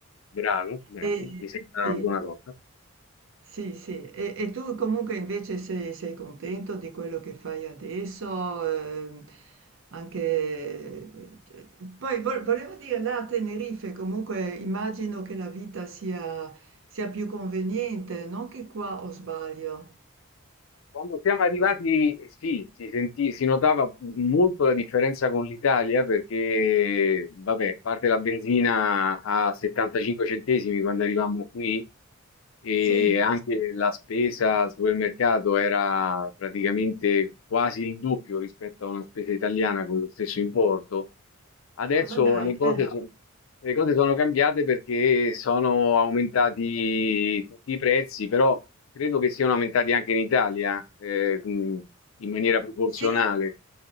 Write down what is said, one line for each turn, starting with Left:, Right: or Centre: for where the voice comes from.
Left: Bravo, bravo,
Right: E
Left: mi sembra
Right: sì,
Left: una buona cosa.
Right: sì, sì. E e tu comunque invece sei sei contento di quello che fai adesso? Ehm, anche... eh, Poi vo- volevo dire, là a Tenerife comunque immagino che la vita sia, sia più conveniente, non che qua o sbaglio.
Left: Quando siamo arrivati, sì, si sentì, si notava molto la differenza con l'Italia perché, vabbè, a parte la benzina a 75 centesimi quando arrivammo qui e
Right: Sì.
Left: anche la spesa al supermercato era praticamente quasi il doppio rispetto a una spesa italiana con lo stesso importo. Adesso
Right: Ah, ma dai.
Left: le cose,
Right: eh.
Left: so- le cose sono cambiate perché sono aumentati tutti i prezzi, però credo che siano aumentati anche in Italia, eh, mh, in maniera proporzionale.
Right: Sì.